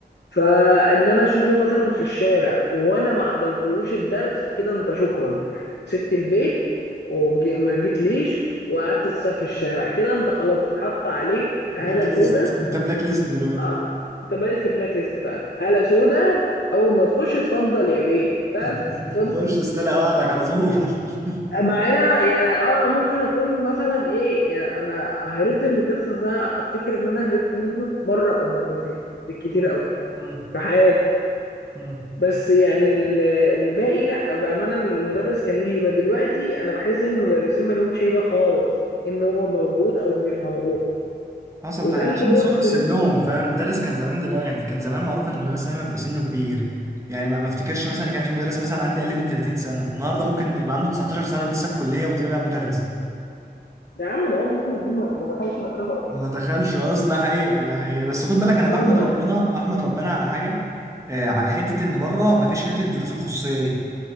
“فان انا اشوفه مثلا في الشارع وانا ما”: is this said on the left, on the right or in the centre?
Left